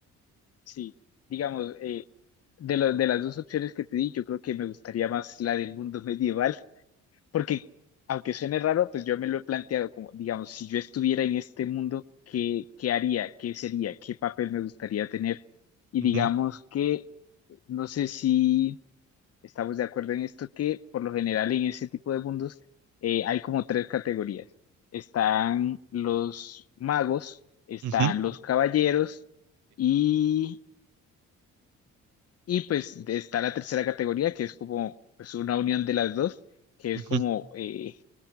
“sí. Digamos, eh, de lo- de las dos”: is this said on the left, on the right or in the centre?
Left